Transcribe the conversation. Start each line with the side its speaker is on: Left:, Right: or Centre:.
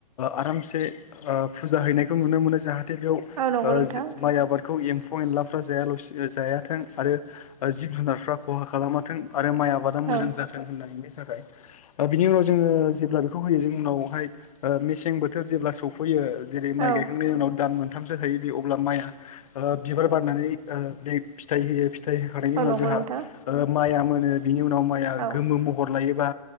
Left: आरामसे फुजा हैनायखौ नुनो मोनो जाहाथे। जाथे बेयाव
Right: औ नंगौ नोंथां
Left: माइ आबादखौ एम्फौ एनलाफ्रा जायाला जायाथों आरो। जिब जुनारफ्रा खहा खालामाथों आरो माइ आबादा मोजां
Right: औ
Left: जाथों होननानै बे थाखाय बिनि उनाव जोङो जेब्ला बेखौ होयो जों उनावहाय मेसें बोथोर जेब्ला सौफैयो। जेरै माइ
Right: औ
Left: गायखांनायनि उनाव दान मोन मोनथामसो होयो बे अब्ला माइआ बिबार बारनानै बे फिथाइ होयो। फिथाइ होखांनायनि
Right: औ
Left: उनाव
Right: नंगौ
Left: जोंहा
Right: नोंथां
Left: माइआ मोनो बिनि उनाव माइआ
Right: औ
Left: गोमो महर लायोबा।